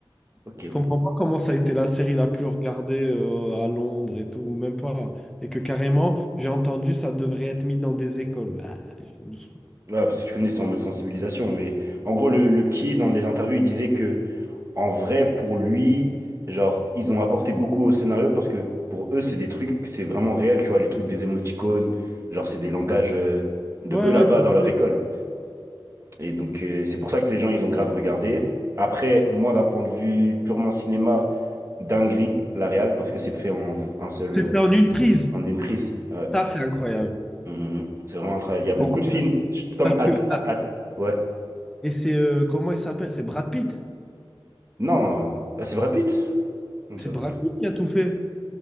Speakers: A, on the right; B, in the centre.
A: Ok.
B: Je comprends pas comment ça a été la série la plus regardée euh, à Londres et tout, même pas. Et que carrément, j'ai entendu, ça devrait être mis dans des écoles. Ah, je-
A: Ouais, parce que je connais, c'est en mode sensibilisation, mais en gros, le, le petit, dans les interviews, il disait que, en vrai, pour lui, genre, ils ont apporté beaucoup au scénario parce que pour eux, c'est des trucs, c'est vraiment réel, tu vois, les trucs des émoticônes, genre, c'est des langages euh, de
B: Ouais,
A: eux là-bas
B: ouais, complet.
A: dans leur école. Et donc, euh, c'est pour ça que les gens, ils ont grave regardé. Après, moi, d'un point de vue purement cinéma, dinguerie, la réal, parce que c'est fait en un seul,
B: c'est
A: euh,
B: fait en une prise.
A: en une prise. Ouais.
B: Ça, c'est incroyable.
A: Mm, mm, mm. C'est vraiment un travail.
B: Ça,
A: Il y a beaucoup
B: c'est-
A: de films, je- comme
B: Parce
A: At-
B: que, ah,
A: At- ouais.
B: et c'est, euh, comment il s'appelle? C'est Brad Pitt.
A: Non, euh, c'est Brad Pitt. Comme
B: C'est
A: ça, Brad.
B: Brad Pitt qui a tout fait.